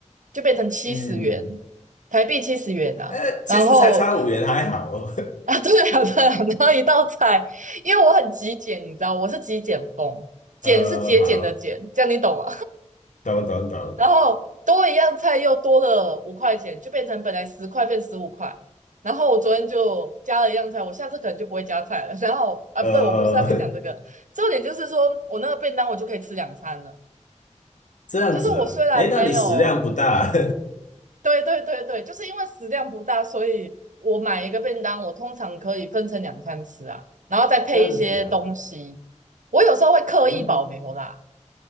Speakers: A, on the right (about 80°); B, on the left (about 75°).
A: 就变成七十元，
B: 嗯，
A: 台币七十元啊。
B: 呃，
A: 然后
B: 其实才差五元还好哦。
A: 啊，对啊，对啊，然后一道菜，因为我很极简，你知道，我是极简风，简是节俭的简，
B: <laughs> 呃，好，
A: 这样你懂吗？
B: 懂懂懂，
A: 然后多一样菜又多了五块钱，就变成本来十块变十五块。然后我昨天就加了一样菜，我下次可能就不会加菜了。然后啊，
B: 呃。
A: 不对，我不是要跟你讲这个，
B: <laughs>
A: 重点就是说我那个便当我就可以吃两餐了。
B: 这样子啊，
A: 就是我虽然没有，
B: 诶，那你食量不大啊，
A: 对对对对，就是因为食量不大，所以我买一个便当，我通常可以分成两餐吃啊，然后再配一些东西。
B: <laughs> 这样子啊，
A: 我有时候会刻意保留啦，
B: 嗯，